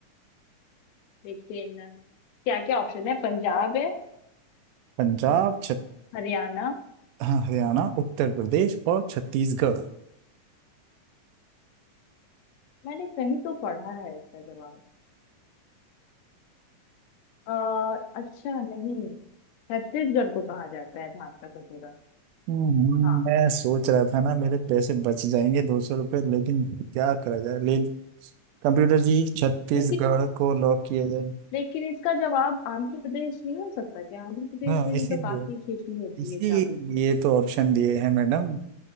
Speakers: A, on the left; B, on the right.
A: लेकिन क्या क्या ऑप्शन है पंजाब है
B: पंजाब छत
A: हरियाणा
B: हाँ, हरियाणा उत्तर प्रदेश और छत्तीसगढ़
A: मैंने कहीं तो पढ़ा है इसका जवाब आ, अच्छा नहीं छत्तीसगढ़ को कहा जाता है धान का कटोरा
B: हम्म, हम्म,
A: हाँ
B: मैं सोच रहा था ना मेरे पैसे बच जाएंगे दो सौ रुपये लेकिन क्या करा जाए ले कंप्यूटर जी छत्तीसगढ़
A: लेकिन
B: को लॉक किया जाए
A: लेकिन इसका जवाब आंध्र प्रदेश नहीं हो सकता क्या आंध्र प्रदेश
B: हाँ
A: में
B: इसीलिए
A: भी तो काफी खेती होती
B: इसीलिए
A: है चावल की
B: तो ऑप्शन दिए हैं मैडम